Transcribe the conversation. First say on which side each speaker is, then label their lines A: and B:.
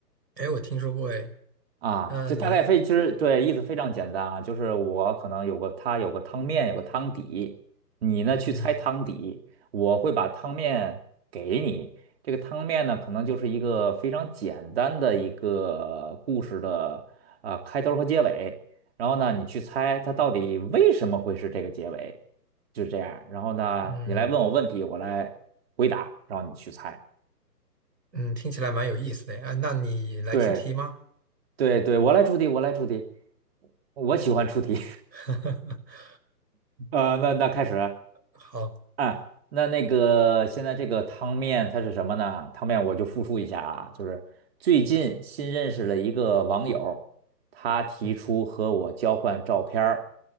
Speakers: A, on the right; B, on the right.
A: 哎，我听说过哎，
B: 啊，
A: 那你，
B: 就大概非其实对意思非常简单啊，就是我可能有个它有个汤面，有个汤底，你呢去猜汤底，
A: 嗯
B: 我会把汤面给你。这个汤面呢，可能就是一个非常简单的一个故事的啊、呃开头和结尾，然后呢你去猜它到底为什么会是这个结尾，就是这样。然后呢你来问我问题，
A: 嗯
B: 我来回答，然后你去猜。
A: 嗯，听起来蛮有意思的哎，啊那你来出题吗？
B: 对对对，我来出题，我来出题，我喜欢出题。
A: <laughs>
B: 呃，那那开始
A: 好，
B: 啊，那那个现在这个汤面它是什么呢？汤面我就复述一下啊，就是最近新认识了一个网友，他提出和我交换照片儿，
A: 嗯